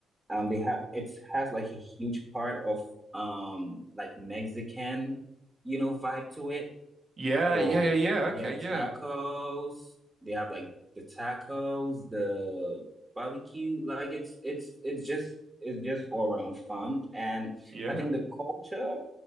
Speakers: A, on the right; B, on the right.
A: um they have it has like a huge part of um like Mexican, you know, vibe to it.
B: yeah,
A: So
B: yeah, yeah, yeah.
A: yeah,
B: Okay,
A: tacos.
B: yeah,
A: They have like the tacos, the barbecue. Like it's it's it's just it's just all around fun. And
B: yeah,
A: I think the culture